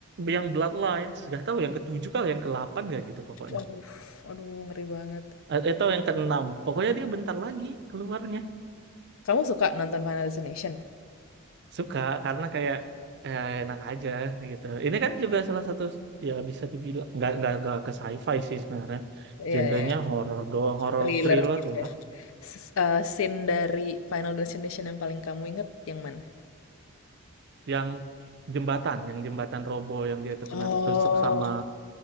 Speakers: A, on the right; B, on the left.
A: yang Bloodlines, gak tahu yang ketujuh kali yang ke-8 gak gitu pokoknya.
B: Waduh, aduh ngeri banget.
A: A- Atau yang keenam. Pokoknya dia bentar lagi keluarnya.
B: Kamu suka nonton Final Destination?
A: Suka karena kayak eh, enak aja gitu. Ini kan juga salah satu ya bisa dibilang nggak nggak nggak ke sci-fi sih sebenarnya.
B: Iya,
A: Genrenya
B: iya.
A: horor doang, horor
B: Thriller
A: thriller
B: gitu ya.
A: lah.
B: S- eh, scene dari Final Destination yang paling kamu inget yang mana?
A: Yang jembatan, yang jembatan robo yang dia tuh
B: Oh,
A: kena ketusuk sama.